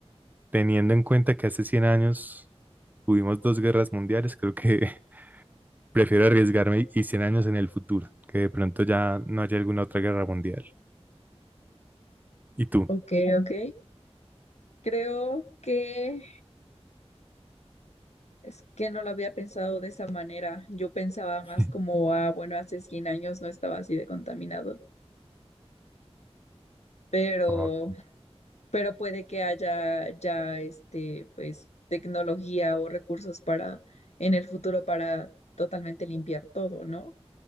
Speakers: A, on the right; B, on the left.
A: teniendo en cuenta que hace 100 años tuvimos dos guerras mundiales, creo que Prefiero arriesgarme y 100 años en el futuro, que de pronto ya no haya alguna otra guerra mundial. ¿Y tú?
B: Ok, ok. Creo que es que no lo había pensado de esa manera. Yo pensaba más
A: <laughs>
B: como, ah, bueno, hace 100 años no estaba así de contaminado, pero
A: Ok,
B: pero puede que haya ya este, pues, tecnología o recursos para en el futuro para totalmente limpiar todo, ¿no?